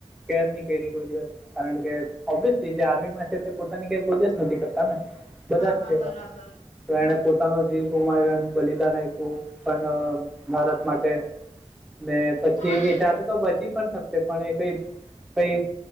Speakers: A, in the centre; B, on the left (about 80°).
A: કેર ની કરી કોઈ દિવસ કારણ કે ઓબ્વિયસલી જે આર્મીમાં છે તે પોતાની કેર કોઈ દિવસ નથી કરતા ને. બધા
B: હા
A: જ
B: હા
A: છે એવા
B: બરાબર
A: તો
B: હા
A: એને પોતે નો જીવ ગુમાવ્યો એમ બલિદાન આપ્યું પણ ભારત માટે ને પછી
B: હા
A: એ જાતે તો બચી પણ પણ એ કઈ કઈ